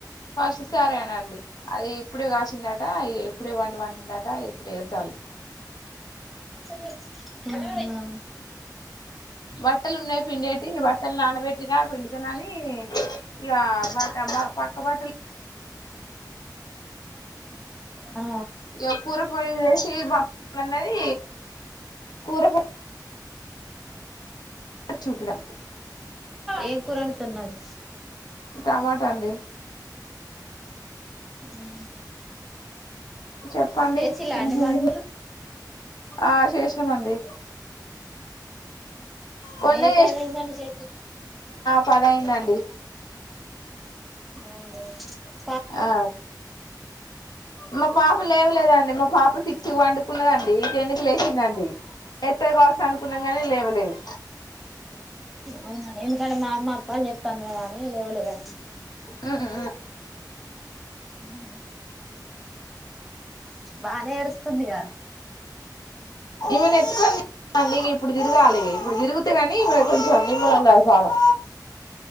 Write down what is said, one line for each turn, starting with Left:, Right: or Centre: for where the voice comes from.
Left: ఫస్ట్ సారే అనా అండి అది ఇప్పుడే కాసిందట ఇప్పుడే వండి పండిందట ఇప్పుడు ఏచాల
Centre: ఉహు
Left: బట్టలు ఉన్నాయి పిండేటి బట్టలు నానబెట్టినా పిండితన అని ఇక బట్ట పక్క బట్టలు
Centre: ఆ
Left: ఇో కూరపోడి విదేశ బ అన్నది కూరపో చూపిన
Centre: ఏం కూర ఒండుతున్నారు
Left: టమాటా అండి
Centre: ఉహు
Left: చెప్పండి
Centre: చేసి అ
Left: ఏంటి
Centre: మడు
Left: విష ఆ చేసినామండి కొన్నే
Centre: ఏ టై చేసి
Left: పది అయిందండీ
Centre: అవునవును
Left: ఆ మా పాప లేవలేదండి మా పాప సిక్స్ వండుకున్నదండి ఇకె లేచిందండి ఎత్ వర్షానికి కున్నాం ని లేవలేదు
Centre: అవునండి ఎందుకంటే మా అమ్మ అప్పలు చేత్తంది కదా అనీ లేవలేదండి
Left: ఆ ఆ
Centre: ఉహు బానే ఎడుస్తుందిగా
Left: ఈమెను ఎత్తుకొనిండి ఇక ఇప్పుడు తిరగాలిి ఇప్పుడు తిరుగితే కాని ఈ కొంచెం నిమ్మలం కాదు ఫడం